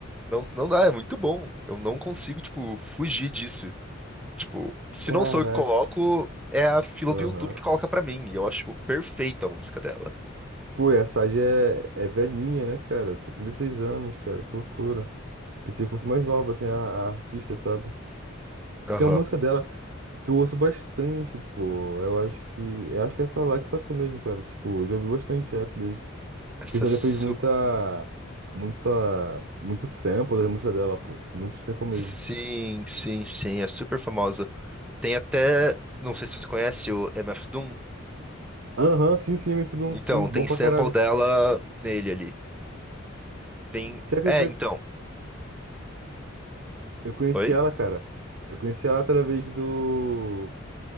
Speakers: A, in the centre; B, on the right.
A: Não, não dá, é muito bom. Eu não consigo, tipo, fugir disso. Tipo, se
B: Caraca.
A: não sou eu que coloco, é a fila
B: Aham.
A: do YouTube que coloca pra mim. E eu acho, tipo, perfeita a música dela.
B: Pô, e a Sage é, é velhinha, né, cara? sessenta e seis anos, cara, que loucura. Pensei que fosse mais nova, assim, a, a artista, sabe?
A: Aham.
B: Tem uma música dela que eu ouço bastante, pô. Eu acho que. Eu acho que é essa lá que tatu mesmo, cara. Tipo, eu já ouvi bastante essa daí. O
A: Essa
B: pessoal
A: é su...
B: já fez muita, muita, muito sample da música dela, pô. Tipo, muito sample mesmo.
A: Sim, sim, sim, é super famosa. Tem até. Não sei se você conhece o MF Doom.
B: Aham, sim, sim, MF Doom,
A: Então,
B: sim, bom
A: tem
B: pra
A: sample
B: caralho.
A: dela nele ali. Tem.
B: Você acredita?
A: É, então.
B: que Eu conheci
A: Oi?
B: ela, cara. Eu conheci ela através do...